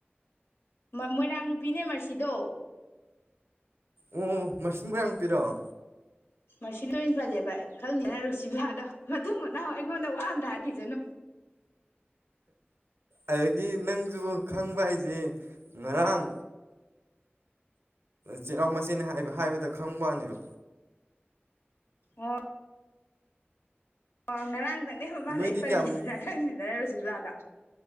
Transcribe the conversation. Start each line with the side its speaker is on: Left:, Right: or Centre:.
Left: ꯃꯣꯏꯔꯥꯡ ꯅꯨꯄꯤꯅꯦ ꯃꯁꯤꯁꯤꯗꯣ
Right: ꯑꯣ ꯃꯁꯤꯡ ꯀꯌꯥꯅ ꯄꯤꯔꯣꯑꯣ
Left: ꯃꯁꯤꯗ ꯑꯣꯏꯅ ꯄꯜꯂꯦꯕ ꯑꯩ ꯈꯪꯗꯦꯅ ꯔꯨꯁꯤꯕꯤꯂꯗꯣ ꯃꯕꯨꯅ ꯑꯩꯉꯣꯟꯗ ꯋꯥ ꯑꯝꯗ ꯍꯥꯈꯤꯁꯅꯨ
Right: ꯑꯗꯒꯤ ꯅꯪꯁꯨ ꯈꯪꯕ ꯍꯥꯏꯁꯦ ꯉꯔꯥꯡ ꯆꯤꯜꯅꯥꯎ ꯃꯆꯦꯅꯤ ꯍꯥꯏꯕ ꯍꯥꯏꯕꯗ ꯈꯪꯕꯅꯦꯕ
Left: ꯑꯣ ꯑꯣ ꯉꯔꯥꯡꯗ ꯅꯅꯦꯕ ꯃꯥꯅ
Right: ꯅꯣꯏꯗꯤ
Left: ꯑꯩ ꯄꯜꯂꯤꯁꯤ
Right: ꯀꯌꯥꯃꯨꯛ
Left: ꯅꯥ ꯈꯪꯗꯅ ꯂꯁꯤꯂꯗ